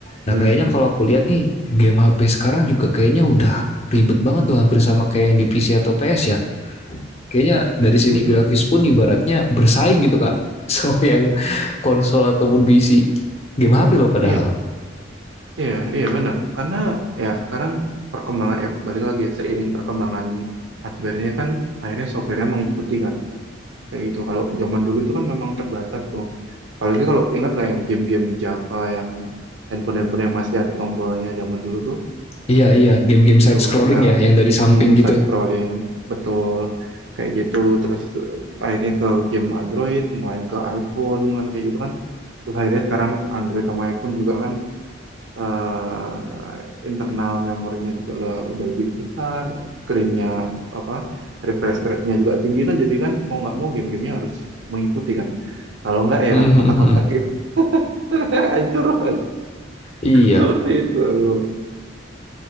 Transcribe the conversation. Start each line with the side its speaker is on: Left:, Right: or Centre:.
Left: Nah,
Right: mm,
Left: kayaknya kalau aku lihat nih game HP sekarang juga kayaknya udah ribet banget tuh hampir sama kayak yang di PC atau PS ya. kayaknya dari
Right: mm,
Left: segi
Right: mm, mm.
Left: grafis pun ibaratnya bersaing gitu kak <laughs> sama yang konsol ataupun PC game HP loh padahal
Right: Iya, Iya, iya benar. Karena ya sekarang perkembangan ya balik lagi ya seiring perkembangan hardware-nya kan akhirnya software-nya mengikuti kan. Kayak gitu. Kalau zaman dulu itu kan memang terbatas tuh. Apalagi kalau ingat nggak yang game-game Java yang handphone-handphone yang masih ada tombolnya zaman dulu tuh
Left: iya iya game-game
Right: itu.
Left: side scrolling
Right: Nah,
Left: ya yang dari samping
Right: hmm,
Left: gitu
Right: side
Left: <laughs>
Right: scrolling betul kayak gitu. Terus eh, akhirnya ke game Android, mulai ke iPhone kan kayak gitu kan. Terus akhirnya sekarang Android sama iPhone juga kan eh, internal memorinya juga le- udah lebih besar, screen-nya apa refresh rate-nya juga tinggi kan jadi kan mau nggak mau game-gamenya harus mengikuti kan. Kalau nggak ya
Left: Mm-hmm.
Right: kan kotak-kotak gitu <laughs> hancur Mas.
Left: iya
Right: seperti itu. Aduh.